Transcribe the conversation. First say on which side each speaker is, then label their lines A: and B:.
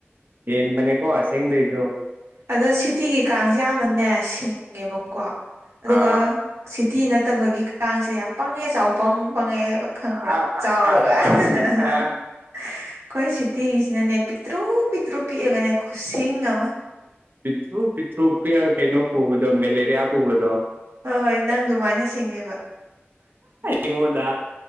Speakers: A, on the right (about 50°); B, on the right (about 70°).
A: ꯌꯦꯟ ꯃꯅꯦ ꯀꯣ ꯑꯁꯦꯡꯗꯩꯖꯣ
B: ꯑꯗꯣ ꯁꯤꯇꯤꯒꯤ ꯀꯥꯡꯁꯦ ꯌꯥꯝꯅꯅꯦ ꯁꯤꯡꯉꯦꯕꯀꯣ ꯑꯗꯨꯒ
A: ꯑꯥ
B: ꯁꯤꯇꯤ ꯅꯠꯇꯕꯒꯤꯁꯤꯗꯤ ꯌꯥꯝ ꯄꯪꯉꯦ ꯆꯥꯎ ꯄꯪ ꯄꯪꯉꯦꯕ ꯈꯪꯕ꯭ꯔꯥ
A: ꯑꯥ ꯑꯥ
B: ꯆꯥꯎꯔꯒ
A: ꯑꯥ
B: ꯑꯩꯈꯣꯏ
A: ꯑꯥ ꯑꯥ
B: ꯁꯤꯇꯤꯁꯤꯅꯅꯦ ꯄꯤꯛꯇ꯭ꯔꯨ ꯄꯤꯛꯇ꯭ꯔꯨ ꯄꯤꯛꯑꯒꯅꯦ ꯈꯨꯁꯤꯡ ꯑꯃ
A: ꯄꯤꯆ ꯄꯤ ꯀꯩꯅꯣ ꯄꯨꯕꯗꯣ ꯃꯦꯂꯦꯔꯤꯌꯥ ꯄꯨꯕꯗꯣ
B: ꯍꯣꯏ ꯍꯣꯏ ꯅꯪ ꯑꯗꯨꯃꯥꯏꯅ ꯁꯤꯡꯉꯦꯕ
A: ꯌꯦꯉꯗ